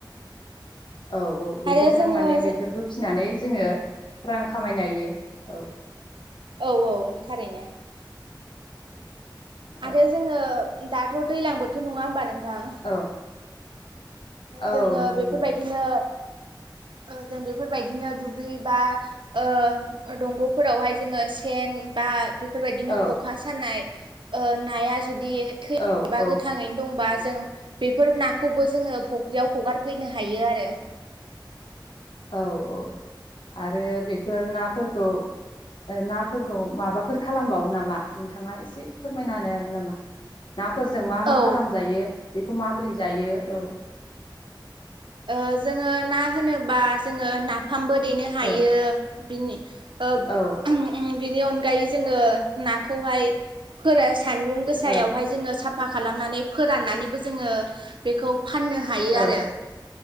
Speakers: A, on the left (about 75°); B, on the right (about 80°).
A: औ औ बेफोरजों
B: आरो जोङो
A: माने बेफोरखौ फिनानै जोङो रां खामायनाय हायो औ
B: औ औ थारैनो
A: औ
B: आरो जोङो दाथ' दैलां बोथोर नङा होमबा नों थां
A: औ औ
B: जोङो
A: नंगौ
B: बेफोरबायदिनो
A: नोंथां
B: ओ जों बेफोरबायदिनो दुब्लि बा ओ दंग'फोरावहाय जोङो सेन बा बेफोरबायदिनो
A: औ
B: ख'खा सानाय ओ नाया जुदि थैबा
A: औ औ
B: गोथाङैनो दंबा जों बेफोर नाखौबो जोङो फुख्रियाव हगारफैनो हायो आरो
A: औ औ आरो बेफोर नाफोरखौ नाफोरखौ माबाफोर खालामबावो नामा नोंथाङा एसे फोरमायना होनो हागोन नामा नाफोरजों मा मा
B: औ
A: खालामजायो बेखौ माबोरै जायो औ <inaudible>
B: ओ जोङो ना होनोबा जोङो ना फामबो देनो हायो
A: ओ
B: बिनि ओ उ
A: औ
B: उ बिनि अनगायै जोङो नाखौहाय फोरा सानदुं गोसायावहाय
A: औ
B: जोङो साफ साफा खालामनानै फोराननानैबो जोङो बेखौ फाननो हायो
A: औ
B: आरो